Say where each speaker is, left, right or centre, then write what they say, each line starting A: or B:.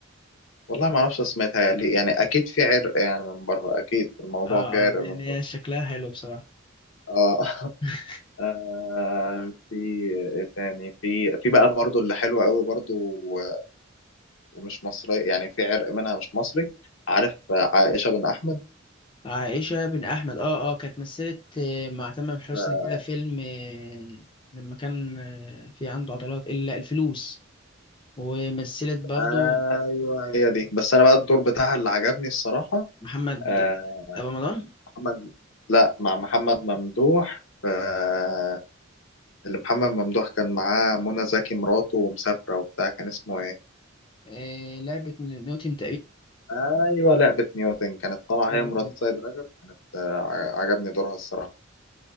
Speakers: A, on the left; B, on the left.
A: والله ما اعرفش سمعتها ليه يعني اكيد في عرق يعني من بره اكيد في الموضوع
B: اه
A: في عرق
B: اه لأن
A: من
B: هي
A: بره
B: شكلها حلو بصراحة
A: اه <laughs>
B: <laughs>
A: آه، في إيه تاني في في بقى برضو اللي حلوة قوي برضو و- ومش مصري يعني في عرق منها مش مصري عارف عائشة بن احمد
B: عائشة بن أحمد اه اه كانت مثلت آه، مع تامر حسني
A: آه،
B: كده فيلم آه، لما كان آه، في عنده عضلات إلا الفلوس ومثلت برضه
A: ايوه هي دي بس انا بقى الدور بتاعها اللي عجبني الصراحة
B: محمد
A: آه،
B: رمضان
A: محمد لا مع محمد ممدوح آه، اللي محمد ممدوح كان معاه منى زكي مراته ومسافرة وبتاع كان اسمه ايه؟
B: آه، لعبة نيوتن
A: ايوه لعبة نيوتن كانت طالعة
B: تقريبا
A: هي مرات سيد رجب آه، ع- عجبني دورها الصراحة